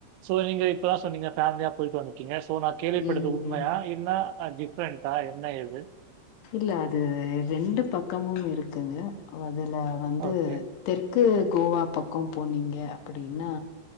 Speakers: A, on the right; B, on the left.
A: சோ நீங்க இப்பதா சொன்னீங்க ஃபேமிலியா போயிட்டு வந்து கீங்க சோ நா கேள்விப்பட்டது
B: ம்ஹ்ஹ்ம்.
A: உண்மையா என்னா ஆ டிஃப்ரெண்டா என்ன ஏது
B: இல்ல அது ரெண்டு பக்கமும் இருக்குங்க அதுல வந்து
A: ஓகே.
B: தெற்கு கோவா பக்கம் போனீங்க அப்படின்னா